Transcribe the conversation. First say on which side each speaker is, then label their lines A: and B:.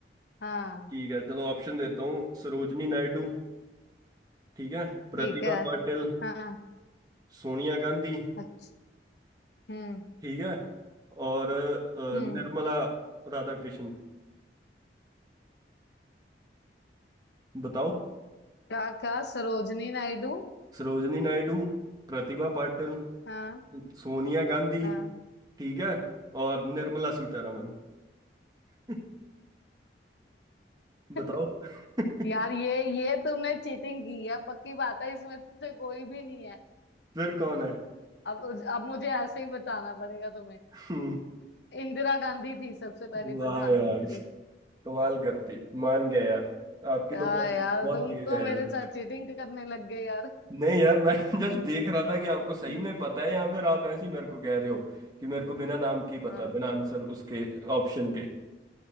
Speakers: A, on the left; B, on the right.
A: हाँ
B: ठीक है चलो ऑप्शन देता हूँ सरोजनी नायडू ठीक है प्रतिभा
A: ठीक है
B: पाटिल
A: हाँ
B: सोनिया गांधी
A: अच्छा हम्म
B: ठीक है और अ,
A: हम्म
B: निर्मला राधाकृष्ण बताओ
A: क्या क्या सरोजनी नायडू
B: सरोजनी नायडू प्रतिभा पाटिल
A: हाँ
B: सोनिया गांधी
A: हाँ
B: ठीक है और निर्मला सीतारमण <laughs>
A: <laughs>
B: बताओ <laughs>
A: यार ये ये तुमने चीटिंग की है पक्की बात है इसमें से कोई भी नहीं है
B: फिर कौन है
A: अब अब मुझे ऐसे ही बताना पड़ेगा तुम्हें
B: <laughs> हम्म,
A: इंदिरा गांधी थी सबसे पहली
B: वाह
A: प्रधानमंत्री
B: यार कमाल करती मान गया यार आपकी
A: क्या
B: तो बहुत
A: यार
B: बहुत
A: तुम
B: तेज
A: तो
B: है
A: मेरे
B: यार
A: साथ चीटिंग करने लग गए यार
B: नहीं यार मैं <laughs> जस्ट देख रहा था कि आपको सही
A: हम्म,
B: में पता है या फिर आप ऐसे ही मेरे को कह रहे हो कि मेरे को बिना नाम के ही पता
A: हाँ
B: है बिना आंसर उसके ऑप्शन के